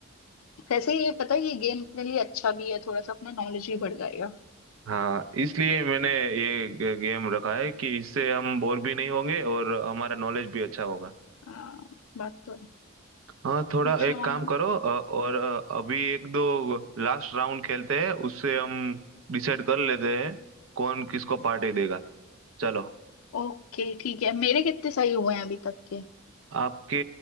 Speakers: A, on the left (about 85°); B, on the right (about 75°).
A: वैसे ये पता है ये गेम अपने लिए अच्छा भी है थोड़ा सा अपना नॉलेज भी बढ़ जाएगा
B: हाँ इसलिए मैंने ये गे- गेम रखा है कि इससे हम बोर भी नहीं होंगे और हमारा नॉलेज भी अच्छा होगा
A: हाँ बात तो
B: हाँ थोड़ा
A: अच्छा
B: एक
A: और
B: काम करो अ, और अ, अभी एक दो लास्ट राउंड खेलते हैं उससे हम डिसाइड कर लेते हैं कौन किसको पार्टी देगा चलो
A: ओके ठीक है मेरे कितने सही हुए हैं अभी तक के
B: आपके